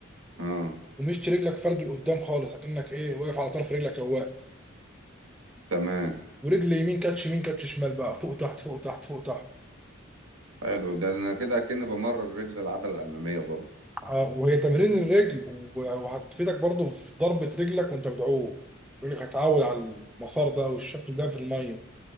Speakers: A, on the right (about 85°); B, in the centre.
A: اه
B: ومش رجلك فرد لقدام خالص أكنك إيه واقف على طرف رجلك أو واقف
A: تمام
B: ورجل يمين كاتش يمين كاتش شمال بقى فوق تحت فوق تحت فوق تحت
A: حلو ده أنا كده أكن بمرن رجل العضلة الأمامية برضه
B: اه وهي تمرين الرجل و- وهتفيدك برضو في ضربة رجلك وانت بتعوم رجلك هتعود على المسار ده والشكل ده في المية